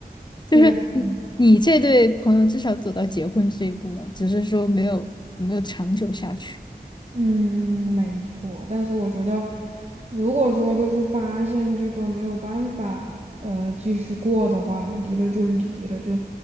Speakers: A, on the left; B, on the right.
A: 就是你你这对朋友至少走到结婚这一步了，
B: 对呀，对呀，
A: 只是说没有没有长久下去。
B: 嗯，没错，但是我觉得，如果说就是发现这个没有办法，呃，继续过的话，离了就离了，就